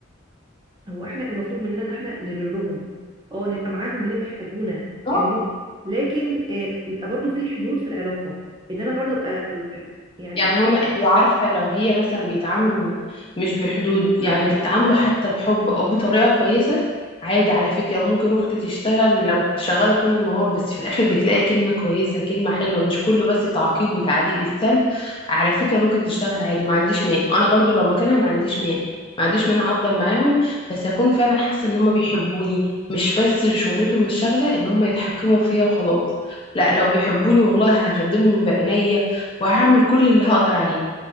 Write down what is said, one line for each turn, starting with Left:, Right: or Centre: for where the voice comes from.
Right: هو احنا المطلوب مننا ان احنا نبرهم اه نبقى معاهم منين ما يحتاجونا
Left: محبين
Right: آه، منين لكن آه، بيبقى برضو في حدود في العلاقه ان انا برضو ابقى يعني يعني
Left: يعني هما هي عارفة لو هي مثلا بيتعاملوا مش بحدود يعني بيتعاملوا حتى بحب أو بطريقة كويسة عادي على فكرة ممكن أختي تشتغل لو شغالة طول النهار بس في الآخر بتلاقي كلمة كويسة كلمة حلوة مش كله بس تعقيب وتعليق بالسلب على فكرة ممكن تشتغل عادي ما عنديش مانع أنا برضو لو مكانها ما عنديش مانع ما عنديش مانع أفضل معاهم بس أكون فعلا حاسة إن هما بيحبوني مش بس شغلتهم الشغلة إن هما يتحكموا فيا وخلاص لا لو بيحبوني والله هخدمهم بعناية وهعمل كل اللي هقدر عليه